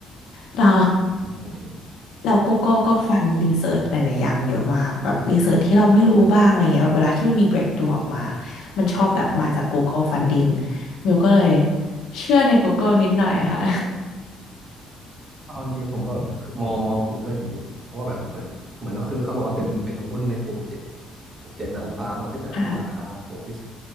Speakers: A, on the left (about 80°); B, on the right (about 35°).
A: เรา
B: โอเค
A: เราโกโก้ <laughs>
B: อ่า
A: ก็ฟันรีเสิร์ชหลายๆอย่างเยอะมากแบบรีเสิร์ชที่เราไม่รู้บ้างอะไรเงี้ยแบบเวลาที่มันมี breakthrough ออกมามันชอบแบบมาจาก Google Funding มิวก็เลยเชื่อใน Google นิดหน่อยอะค่ะ
B: เอาจริงๆผมก็แบบมองมอง Google อยู่เพราะว่าแบบเหมือนเหมือนก็คือเขาบอกว่าเป็นเป็นหุ้นในกลุ่มเจ็ดเจ็ดนางฟ้าเนาะที่แบบมีราคาถูกที่สุด
A: <laughs> ค่ะ